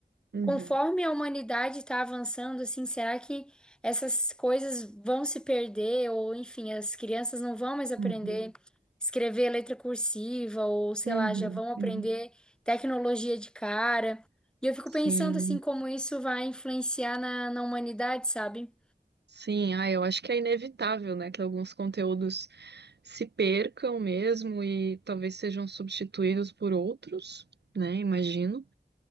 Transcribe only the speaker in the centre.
Conforme a humanidade está avançando, assim, será que essas coisas vão se perder? Ou, enfim, as crianças não vão mais aprender
escrever letra cursiva, ou sei
lá, já vão aprender
tecnologia de cara. E eu fico
pensando, assim, como isso vai influenciar na, na humanidade, sabe?